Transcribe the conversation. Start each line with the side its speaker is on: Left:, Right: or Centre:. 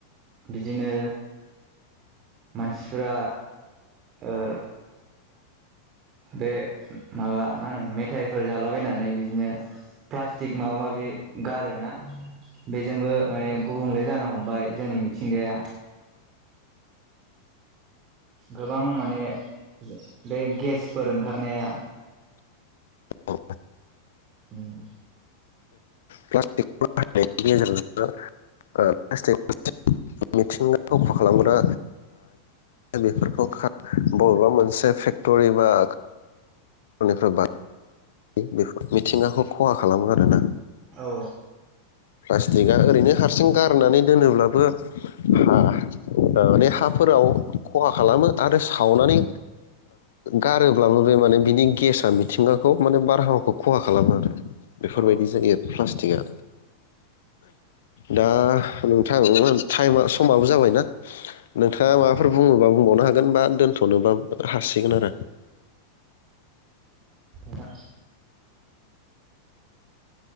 Right: बिदिनो मानसिफोरा ओ बे माबा मा होनो मेथाइफोर जालाबायनानै बिदिनो प्लास्टिक माबा माबि गारोना बेजोंबो माने गुबुंले जानो हमबाय जोंनि मिथिंगाया गोबां माने बे गेसफोर ओंखारनाया
Left: औ
Right: उम
Left: प्लास्ट <unintelligible> मिथिंगाखा खालामग्रा बेफोरखौ बबेबा मोनसे फेक्टरि बा <unintelligible> बेफोर मिथिंगाखौ खहा खालामो आरोना
Right: औ
Left: प्लास्टिकआ ओरैनो हारसिं गारनानै दोनोब्ला हा माने हाफोराव खहा खालामो आरो सावनानै गारोब्लाबो बे माने बिनि गेसा मिथिङाव खौ माने बारहावाखौ खहा खालामो आरो बेफोरबायदि
Right: औ
Left: जायो प्लास्टिकआ दा <unintelligible> ताइमा समाबो जाबाय ना नोंथाङा माबाफोर बुङोबा बुंबावनो हागोन बा दोनथनोबो हासिगोन आरो
Right: दा